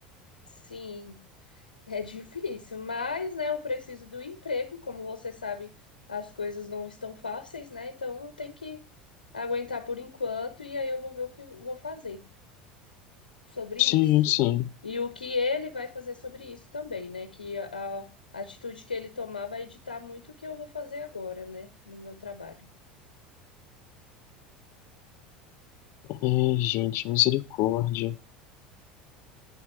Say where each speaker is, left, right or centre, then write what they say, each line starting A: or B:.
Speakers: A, on the left (about 80°); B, on the left (about 55°).
A: sim, é difícil, mas, né, eu preciso do emprego, como você sabe, as coisas não estão fáceis, né? Então eu tenho que aguentar por enquanto e aí eu vou ver o que eu vou fazer sobre
B: sim,
A: isso.
B: sim.
A: E o que ele vai fazer sobre isso também, né? Que a, a atitude que ele tomar vai ditar muito o que eu vou fazer agora, né, no meu trabalho.
B: É, gente, misericórdia.